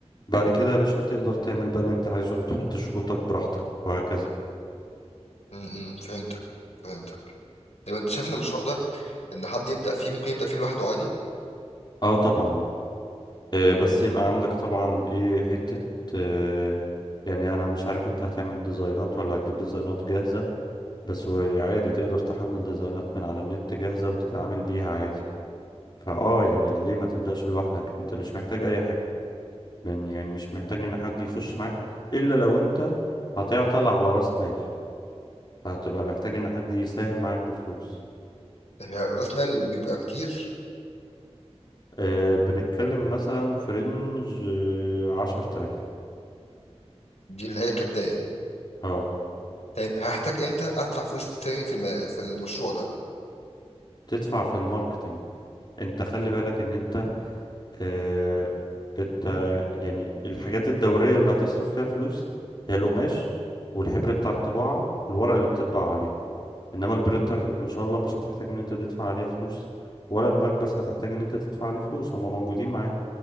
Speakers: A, on the left; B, on the left.
A: بعد كده يا باشا تقدر تعمل بقى اللي انت عايزه هتحط شروطك براحتك وهكذا
B: م- م، فهمتك فهمتك طيب انت شايف ان المشروع ده ان حد يبدأ فيه ممكن يبدأ فيه لوحده عادي
A: اه طبعا آه، بس يبقى عندك طبعا ايه حتة آه، يعني انا مش عارف انت هتعمل ديزاينات ولا هتجيب ديزاينات جاهزة بس هو إيه، عادي تقدر تحمل ديزاينات من على النت جاهزة وتتعامل بيها عادي فاه يعني ليه ما تبدأش لوحدك انت مش محتاج اي حاجة من يعني مش محتاج ان حد يخش معاك الا لو انت هتعطل على راس مال فهتبقى محتاج ان حد يساهم معاك بفلوس
B: طيب راس مال بيبقى كتير
A: أه بنتكلم مثلا في رينج عشر تلاف
B: دي اللي هي كبداية
A: اه
B: طيب هحتاج امتى ادفع فلوس تاني في الم... في المشروع ده
A: تدفع في الماركتنج انت خلي بالك ان انت اه انت يعني الحاجات الدورية اللي هتصرف فيها فلوس هي القماش والحبر بتاع الطباعة والورق اللي بتطبع عليه انما البرينتر ان شاء الله مش هتحتاج ان انت تدفع عليها فلوس ولا المكبس هتحتاج ان انت تدفع عليه فلوس هما موجودين معاك